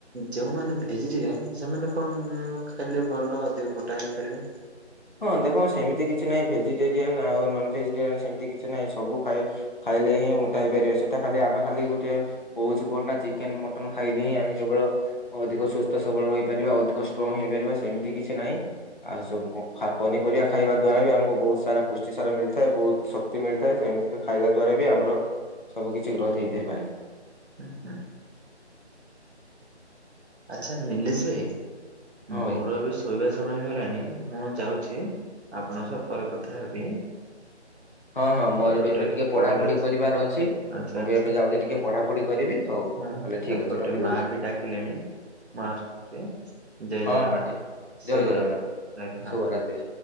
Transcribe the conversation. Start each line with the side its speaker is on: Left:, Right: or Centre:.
Right: ଯେଉଁମାନେ ଭେଜେଟେରିଆନ୍ ସେମାନେ କଣ ଖାଇଲେ ଭଲ ଅଧିକ ମୋଟା ହେଇପାରିବେ?
Left: ହଁ ଦେଖ ସେମିତି କିଛି ନାହିଁ ଭେଜିଟେରିଆନ୍ ଆଉ ନନ୍ ଭେଜିଟେରିଆନ୍ ସେମିତି କିଛି ନାହିଁ ସବୁ ଖାଇ ଖାଇଲେ ହିଁ ମୋଟା ହେଇପାରିବେ ସେଟା ଖାଲି ଆମେ ଖାଲି ଗୋଟେ କଉଛୁ କଣ ନା ଚିକେନ୍ ମଟନ୍ ଖାଇଲେ ହିଁ ଆମେ କେବଳ ଅଧିକ ସୁସ୍ଥ ସବଳ ହୋଇପାରିବା ଅଧିକ ଷ୍ଟ୍ରଙ୍ଗ୍ ହେଇପାରିବା ସେମିତି କିଛି ନାହିଁ। ଆଉ ସବୁ କ ଖା ପନିପରିବା ଖାଇବା ଦ୍ଵାରା ହି ଆମକୁ ବୋହୁତ୍ ସାରା ପୁଷ୍ଟି ସାରା ମିଳିଥାଏ, ବହୁତ ଶକ୍ତି ମିଳିଥାଏ, ସେମିତିରେ ଖାଇଲା ଦ୍ଵାରା ବି ଆମର ସବୁ କିଛି ଗ୍ରୋଥ୍ ହେଇଥାଇପାରେ।
Right: ଉଁ ହୁଁ। ଆଚ୍ଛା ନିଲେଶ୍ ବେ
Left: ହଁ
Right: ମୋର
Left: ଭାଇ।
Right: ଏବେ ସ୍ ଶୋଇବା ସମୟ ହେଇଗଲାଣି ମୁଁ ଯାଉଛି ଆପଣଙ୍କ ସହ ପରେ କଥା ହେବି।
Left: ହଁ ହଁ ମୋର
Right: ଏପଟେ
Left: ବି ଏବେ ଟିକେ ପଢାପଢି
Right: ପଢିବା
Left: କରିବାର
Right: ହଁ
Left: ଅଛି
Right: ଆଚ୍ଛା
Left: ମୁଁ
Right: ଆଚ୍ଛା
Left: ବି ଏବେ ଯାଉଛି ଟିକେ ପଢାପଢି କରିବି ହଉ
Right: ହଁ
Left: ତାଲେ ଠିକ୍
Right: ଏପଟେ
Left: ଅଛି ରଖି ଦଉଛି।
Right: ମା ବି ଡାକିଲେଣି ମୁଁ ଆସୁଛି ଜୟ
Left: ହଁ
Right: ଜଗନ୍ନାଥ
Left: ହଁ ଠିକ
Right: ଶୁଭରାତ୍ରି
Left: ଜୟ ଜଗନ୍ନାଥ
Right: ରହିଲି ହଁ।
Left: ଶୁଭ ରାତ୍ରି।